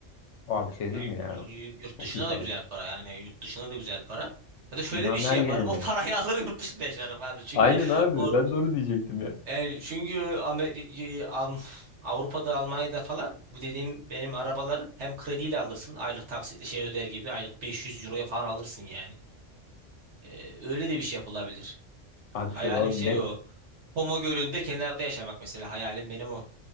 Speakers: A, on the left; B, on the right.
A: Abi bir şey diyeyim
B: Ya yurt,
A: mi ya?
B: yurt- yurt
A: Çok
B: dışına
A: iyi para.
B: da güzel para yani yurt dışına da güzel para. Ya da şöyle
A: Dünyanın
B: bir şey
A: her
B: yaparım
A: yerinde.
B: o parayı <laughs> alırım yurt dışında yaşarım abi çünkü
A: Aynen abi.
B: o
A: Ben de onu diyecektim ya.
B: Yani çünkü Amer- Alm- Avrupa'da, Almanya'da falan bu dediğim benim arabaları hem krediyle alırsın. Aylık taksitle şey öder gibi aylık 500 euroya falan alırsın yani. Ee, öyle de bir şey yapılabilir.
A: Abi
B: Hayalim
A: bir şey var net.
B: şey o. Pomo Gölü'nde kenarda yaşamak mesela hayalim benim o.